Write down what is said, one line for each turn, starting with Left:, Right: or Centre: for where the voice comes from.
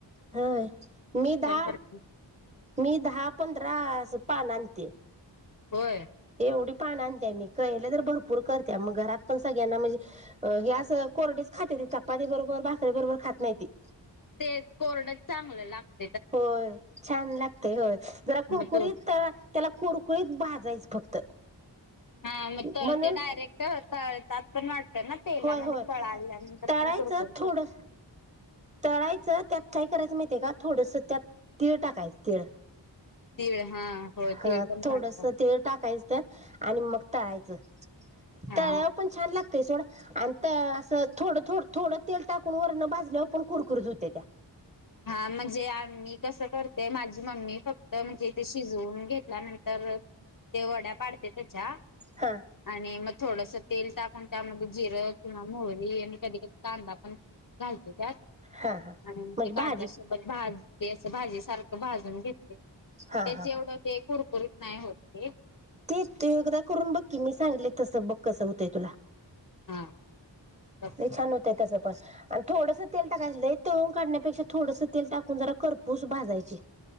Right: ह मी दहा
Left: करते
Right: मी दहा पंधरा अस. पालते
Left: होय
Right: ते एवढी पाण आणतेय मी कळलं तर भरपूर करते मग घरात पण सगळ्यांना म्हणजे हे असं कोरडीच खाते ती चपाती बरोबर भाकरीे बरोबर खात नाही त
Left: ते कोरड चांगलं लागत
Right: होय छान लागते होय जरा
Left: मग
Right: कुरकुरीत
Left: तो
Right: त्याला कुरकुरीत भाजायचं फक्त
Left: हा मग
Right: म्हणून
Left: ते डायरेक्टतात पण वा ना तेलामध्ये
Right: होय होय
Left: फळ आल्यानंतर
Right: तळायचं
Left: पण कुरकुरी
Right: थोडं तळायचं त्यात काय करायचं माहितीय का थोडस त्यात तीळ टाकायचं तीळ
Left: तीळ हा हो
Right: हा
Left: तीळ पण
Right: थोडस
Left: घालतात
Right: ते टाकायचं आणि मग तळायचं
Left: हा
Right: तळावर पण छान लागतंय सथोडं आणि असं थोडं थोड थोडं तेल टाकून वरण भाजल्यावर पण कुरकुरीत होते त्या
Left: हा म्हणजे आम्ही कसं करते माझी मम्मी फक्त म्हणजे इथे शिजवून घेत नंतर ते वड्या पाडते त्याच्या
Right: हा
Left: आणि मग थोडस तेल टाकून त्यामध्ये जिरं किंवा मोहरी आणि कधी कधी कांदा पण घालत त्यात
Right: हा हा.
Left: आणि मग
Right: म्हणजे
Left: कांद्यासोबत
Right: भाजी
Left: भज. अस भाजी सारख भाजून घेते
Right: हा
Left: मग त्याची
Right: हा
Left: एवढं ते कुरकुरीत नाही होते.
Right: तेच ते एकदा करून बघकीी मी सांगले तसं बघ कसं होतंय तुला.
Left: हा. हा
Right: नाही छान होतय तसपस. आणि थोडस तेल टाकायच तळून काढण्यापेक्षा थोडस तेल टाकून जरा कररपूस भाजायची.